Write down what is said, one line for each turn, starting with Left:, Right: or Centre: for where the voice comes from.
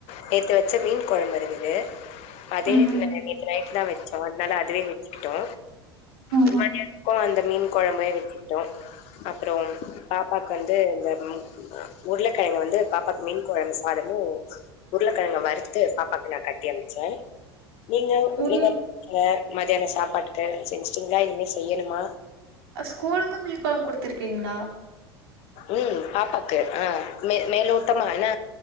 Left: நேத்து வச்ச மீன் குழம்பு இருந்தது அதே
Right: ம் ம்
Left: நேத் நைட் தா வச்சோ அதனால அதுவே வச்சுக்கிட்டோ இப்ப
Right: ம்
Left: அந்த மீன் குழம்பையே வச்சுட்டோ அப்பறோ பாப்பா வந்து இந்த உருளக்கிழங்க வந்து பாப்பாக்கு மீன் குழம்பு சாதமு உருளக்கிழங்க வறுத்து பாப்பாவுக்கு நா கட்டி அனுப்ச்ச நீங்க
Right: உள்
Left: நீங்க எப்டி இருக்கீங்க மத்தியான சாப்பாட்டுக்கு செஞ்சுட்டீங்களா இனிமே செய்யணுமா
Right: ஸ்கூலுக்கு மீன் குழம்ப குடுத்திருக்கீங்களா
Left: ம் பாப்பாக்கு ஆ மேலோட்டமா ஆனா